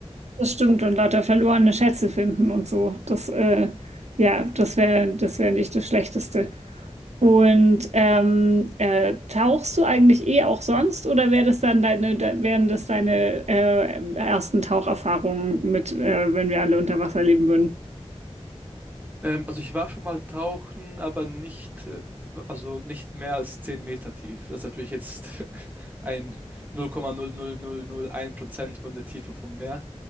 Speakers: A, on the right (about 80°); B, on the right (about 15°).
A: Das stimmt, und lauter verlorene Schätze finden und so. Das, äh, ja, das wäre, das wäre nicht das Schlechteste. Und ähm, äh, tauchst du eigentlich eh auch sonst oder wär das dann deine, da, wären das deine äh, ersten Taucherfahrungen mit, äh, wenn wir alle unter Wasser leben würden?
B: Ähm, also ich war schon mal tauchen, aber nicht, äh, also nicht mehr als 10 Meter tief. Das ist natürlich jetzt <laughs> ein null Komma null null null null Komma Prozent von der Tiefe vom Meer.